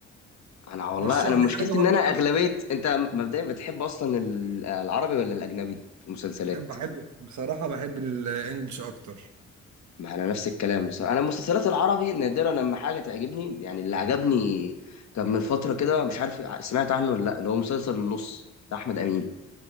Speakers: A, on the left; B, on the right.
A: انا والله
B: رشح
A: انا
B: لي
A: مشكلتي
B: حاجة وهرشحها
A: ان انا اغلبيه انت مبدئيا بتحب اصلا ال- العربي ولا الاجنبي في المسلسلات
B: انا بحب بصراحة بحب الانجليش اكتر
A: ما انا نفس الكلام بصراحه انا المسلسلات العربي نادرا لما حاجه تعجبني يعني اللي عجبني كان من فتره كده مش عارف سمعت عنه ولا لا اللي هو مسلسل النص بتاع احمد امين